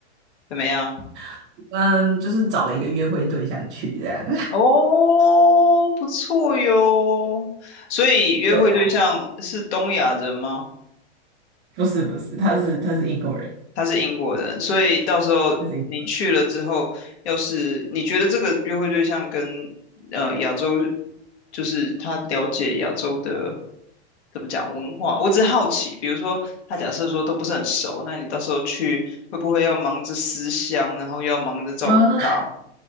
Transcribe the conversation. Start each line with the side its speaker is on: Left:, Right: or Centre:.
Left: 怎么样？
Right: <laughs> 嗯，就是找了一个约会对象去这样。
Left: 哦，不错哟。所以约会对象是东亚人吗？
Right: <laughs> 对啊。不是不是，他是他是英国人，
Left: 他是英国人，所以到时候你去了之后，
Right: 他是英国人。
Left: 要是你觉得这个约会对象跟呃亚洲，就是他了解亚洲的怎么讲文化，我只是好奇，比如说他假设说都不是很熟，那你到时候去会不会要忙着思乡，然后又要忙着照顾他？
Right: 啊、那